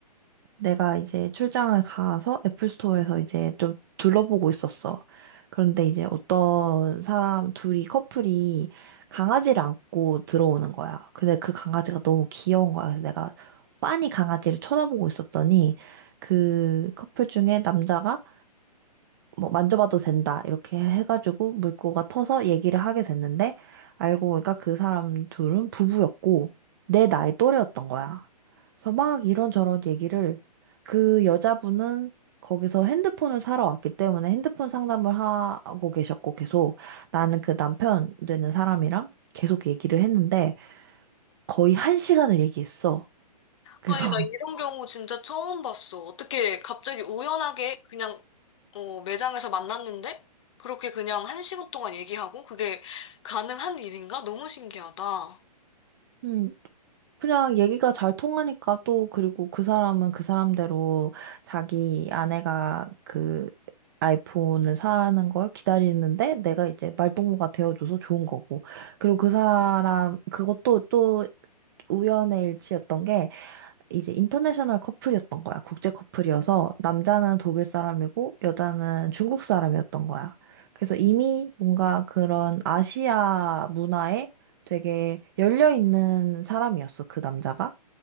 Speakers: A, on the right (about 35°); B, on the left (about 45°).
A: 내가 이제 출장을 가서 애플 스토어에서 이제 좀 둘러보고 있었어. 그런데 이제 어떤 사람 둘이 커플이 강아지를 안고 들어오는 거야. 근데 그 강아지가 너무 귀여운 거야. 그래서 내가 빤히 강아지를 쳐다보고 있었더니 그 커플 중에 남자가 뭐 만져봐도 된다 이렇게 해가지고 물고가 터서 얘기를 하게 됐는데 알고 보니까 그 사람 둘은 부부였고 내 나이 또래였던 거야. 그래서 막 이런저런 얘기를 그 여자분은 거기서 핸드폰을 사러 왔기 때문에 핸드폰 상담을 하고 계셨고 계속 나는 그 남편 되는 사람이랑 계속 얘기를 했는데 거의 한 시간을 얘기했어. 그래서
B: 아니, 나 이런 경우 진짜 처음 봤어. 어떻게 갑자기 우연하게 그냥, 어, 매장에서 만났는데? 그렇게 그냥 한 시간 동안 얘기하고? 그게 가능한 일인가? 너무 신기하다.
A: <laughs> 그냥 얘기가 잘 통하니까 또 그리고 그 사람은 그 사람대로 자기 아내가 그 아이폰을 사는 걸 기다리는데 내가 이제 말동무가 되어줘서 좋은 거고. 그리고 그 사람 그것도 또 우연의 일치였던 게 이제 인터내셔널 커플이었던 거야. 국제 커플이어서 남자는 독일 사람이고 여자는 중국 사람이었던 거야. 그래서 이미 뭔가 그런 아시아 문화에 되게 열려 있는 사람이었어, 그 남자가.